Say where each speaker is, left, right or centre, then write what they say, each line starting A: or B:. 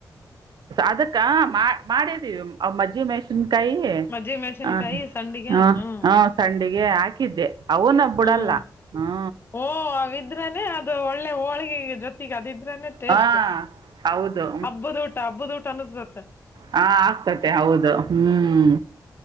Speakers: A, on the right; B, on the left.
A: ಅದಕ್ಕ ಮಾಡಿದ್ದೀವಿ ಮಜ್ಜಿ ಮೆಷಿನ್ ಕೈಿ
B: ಮಜ್ಜಿ ಮೆಣಸಿನ್ಕಾಯಿ
A: ಹ
B: ಸಂಡಿಗೆ
A: ಹ
B: ಹ್ಮ್
A: ಹಾ ಸಂಡಿಗೆ ಹಾಕಿದ್ದೆ ಅವನ್ನ ಬಿಡಲ್ಲ
B: ಹ್ಮ್
A: ಹ್ಞೂ
B: ಓ ಅವಿದ್ರನೆೇ ಅದು ಒಳ್ಳೆ ಹೋಳಿಗೆ ಜೊತೆಗೆ ಅದಿದ್ರನೆೇ ಟೇಸ್ಟ್
A: ಹಾಂ ಹೌದು
B: ಹಬ್ಬದ ಊಟ ಹಬ್ಬದ ಊಟ ಹತ್ತ
A: ಹ ಆಗ್ತತೆ ಹೌದು ಹ್ಮ್